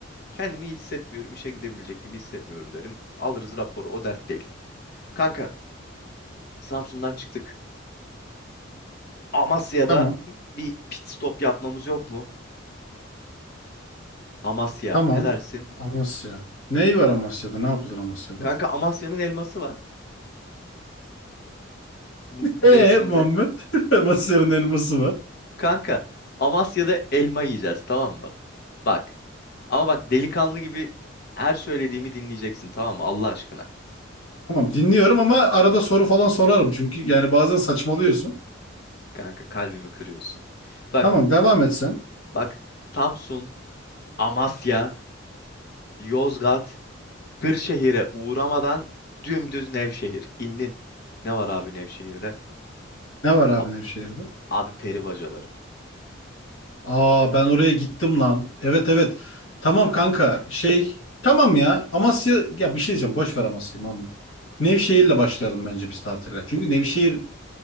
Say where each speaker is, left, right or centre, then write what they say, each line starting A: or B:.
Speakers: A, on the left; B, on the left.
A: Kendimi iyi hissetmiyorum, işe gidebilecek gibi hissetmiyorum derim. Alırız raporu, o dert değil. Kanka, Samsun'dan çıktık. Amasya'da
B: Tamam.
A: bir pit stop yapmamız yok mu? Amasya,
B: Tamam.
A: ne dersin?
B: Amasya. Neyi var Amasya'da? Ne yapılır Amasya'da?
A: Kanka Amasya'nın elması var. bu
B: Ee
A: mevsimde.
B: Muhammed. <laughs> Amasya'nın elması var.
A: Kanka Amasya'da elma yiyeceğiz tamam mı? Bak. Ama bak delikanlı gibi her söylediğimi dinleyeceksin tamam mı? Allah aşkına.
B: Tamam dinliyorum ama arada soru falan sorarım. Çünkü yani bazen saçmalıyorsun.
A: Kanka kalbimi kırıyorsun. Bak
B: Tamam devam et sen.
A: bak Samsun, Amasya, Yozgat, Kırşehir'e uğramadan dümdüz Nevşehir. İndin. Ne var abi Nevşehir'de?
B: Ne var abi
A: Abi,
B: Nevşehir'de?
A: abi peri bacaları.
B: Aa ben oraya gittim lan. Evet evet. Tamam kanka şey. Tamam ya Amasya ya bir şey diyeceğim boş ver Amasya'yı Mahmut. Nevşehir'le başlayalım bence biz tatile. Çünkü Nevşehir